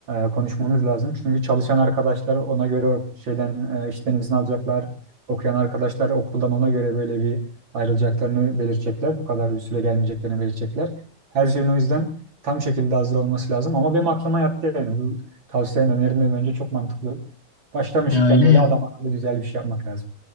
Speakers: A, on the right; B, on the left.
A: e, konuşmamız lazım. Çünkü çalışan arkadaşlar ona göre o şeyden e, işten izin alacaklar. Okuyan arkadaşlar okuldan ona göre böyle bir ayrılacaklarını belirtecekler. Bu kadar bir süre gelmeyeceklerini belirtecekler. Her şeyin o yüzden tam şekilde hazır olması lazım. Ama benim aklıma yattı yani. Bu tavsiyenin önerin de bence çok mantıklı. Başlamışken
B: Ya öyle
A: böyle
B: ya.
A: adam akıllı güzel bir şey yapmak lazım.